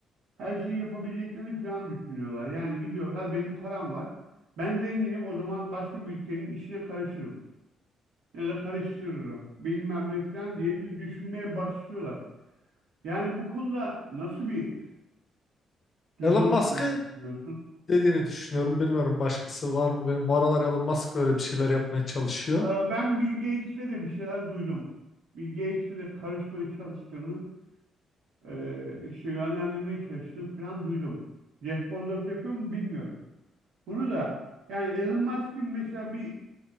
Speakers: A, on the right; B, on the left.
A: her şeyi yapabileceklerini falan düşünüyorlar. Yani gidiyorlar benim param var. Ben zenginim o zaman başka bir ülkenin işine karışırım. Ya da karıştırırım. Bilmem ne falan diye bir düşünmeye başlıyorlar. Yani bu konuda nasıl bir düzen
B: Elon Musk'ı
A: olduğunu düşünüyorsun?
B: dediğini düşünüyorum. Bilmiyorum başkası var mı? Benim bu aralar Elon Musk öyle bir şeyler yapmaya çalışıyor.
A: Ee, Ben Bill Gates'le de bir şeyler duydum. Bill Gates'le de karışmaya çalıştığını, e, işte yönlendirmeye çalıştığını falan duydum. Jeff Bezos yapıyor mu bilmiyorum. Bunu da yani Elon Musk'ın mesela bir